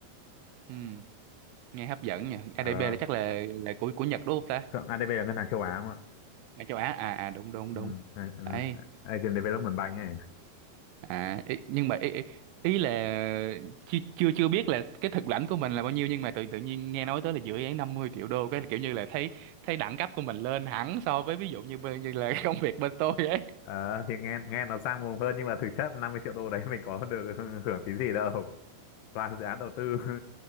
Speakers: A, on the right (about 85°); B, on the left (about 80°).
A: ừ nghe hấp dẫn nhỉ ADB
B: ờ,
A: là chắc là là của của Nhật đúng không ta
B: ADB là ngân hàng châu Á
A: à, châu Á à à đúng đúng
B: Ừ,
A: đúng
B: a- a-
A: đấy
B: Agent Development Bank này
A: À ý, nhưng mà ý, ý, ý là chưa chưa chưa biết là cái thực lãnh của mình là bao nhiêu nhưng mà tự tự nhiên nghe nói tới là dự án năm mươi triệu đô cái là kiểu như là thấy thấy đẳng cấp của mình lên hẳn so với ví dụ như bên như là <laughs> công việc bên tôi ấy.
B: Ờ, thì nghe nghe nó sang mồm hơn nhưng mà thực chất 50 triệu đô đấy <laughs> mình có được <laughs> hưởng tí gì đâu toàn dự án đầu tư <laughs>